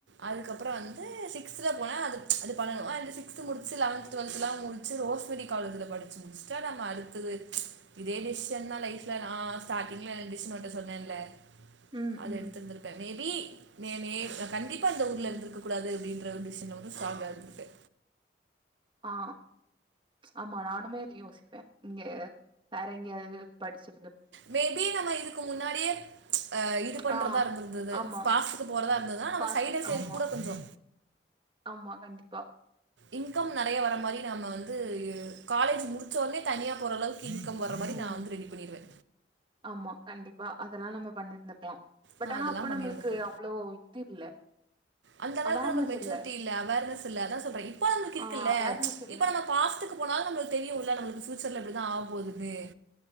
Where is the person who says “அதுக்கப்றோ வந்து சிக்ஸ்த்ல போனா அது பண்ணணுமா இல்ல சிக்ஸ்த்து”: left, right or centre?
Right